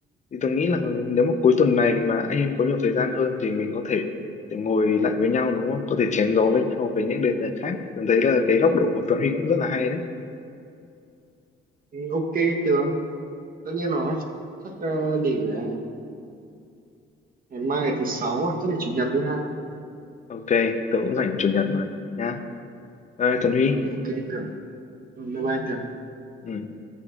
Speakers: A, on the left (about 35°); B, on the right (about 45°).
A: thì Tường nghĩ là nếu mà cuối tuần này mà anh em có nhiều thời gian hơn thì mình có thể để ngồi lại với nhau đúng không có thể chém gió với nhau về những đề tài khác Tường thấy là cái góc độ của Tuấn Huy cũng rất là hay đấy
B: Ừ, Ok Tường, tất nhiên rồi. Chắc ờ, để ờ, ngày mai ngày thứ sáu à, chắc để chủ nhật đi ha.
A: ok Tường cũng rảnh chủ nhật mà nha bye Tuấn Huy
B: Ừ, ok Tường. Ừ, bye bye Tường.
A: ừ